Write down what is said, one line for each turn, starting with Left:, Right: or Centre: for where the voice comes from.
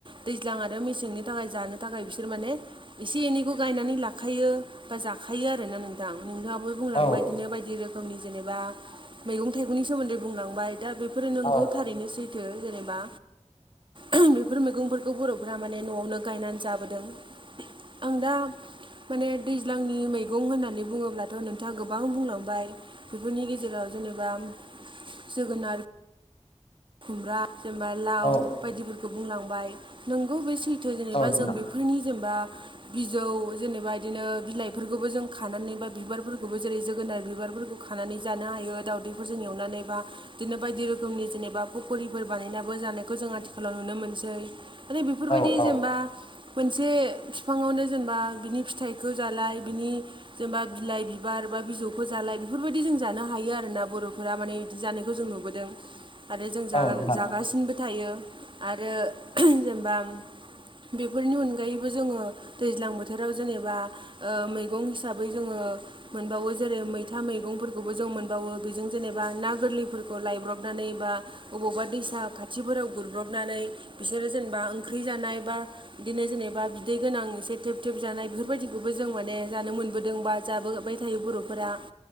Right: दैज्लां <unintelligible> मेसेंनि थाखाय जानो थाखाय बिसोर माने एसे एनैखौ गायनानै लाखायो बा जाखायो आरोना नोंथां नोंथाङाबो बुंलांबाय
Left: औ
Right: इदिनो बायदि रोखोमनि जेनेबा मैंगं थाइगंनि सोमोन्दै बुंलांबाय दा बे फोरो नोंगौ
Left: औ
Right: थारैनो सैथो जेनेबा ओ बेफोर मैगंफोरखौ बर' फोरा माने न'आवनो गायनानै जाबोदों आं दा माने दैज्लांनि मैगं होननानै बुङोब्लाथ' नोंथाङा गोबां बुंलांबाय बेफोरनि गेजेराव जेनेबा जोगोनार खुमब्रा जेनेबा लाव
Left: औ
Right: बायदिफोरखौ बुंनांबाय नोंगौ बे सैथो
Left: नोंथां
Right: जेनेबा जों बे बेफोरनि जेनेबा बिजौ जेनेबा बिदिनो बिलाइफोरखौबो जों खानानै बा बिबारफोरखौबो जेरै जोगोनार बिबारफोरखौ खानानै जानो हायो दावदैफोरजों एवनानै बा बिदिनो बायदि रोखोमनि जेनेबा पकरिफोर बानायनाबो जानायखौ जों आथिखालाव नुनो मोनसै माने बेफोरबायदि
Left: औ औ
Right: जेनेबा मोनसे फिफाङावनो जेनेबा बिनि फिथाइखौ जालाय बिनि जेनेबा बिलाइ बिबार बा बिजौखौ जालाय बेफोरबायदि जों जानो हायो आरो ना बर'फोरा माने जानायखौ जों नुबोदों आरो जों जा
Left: औ नोंथां
Right: जागासिनोबो थायो आरो जेनेबा बेफोरनि अनगायैबो जोङो दैज्लां बोथोराव जेनेबा ओ मैगं हिसाबै जोङो मोनबावो जेरै मैथा मैगंफोरखौबो जों मोनबावो बेजों जेनेबा ना गोरलैफोरखौ लायब्रबनानै बा अबावबा दैसा खाथिफोराव गुरब्रबनानै बिसोरो जेनेबा ओंख्रि जानाय बा बिदिनो जेनेबा बिदै गोनां एसे थेब थेब जानाय बेफोरबायदिखौबो जों माने जानो मोनबोदों बा जाबोबाय थायो बर'फोरा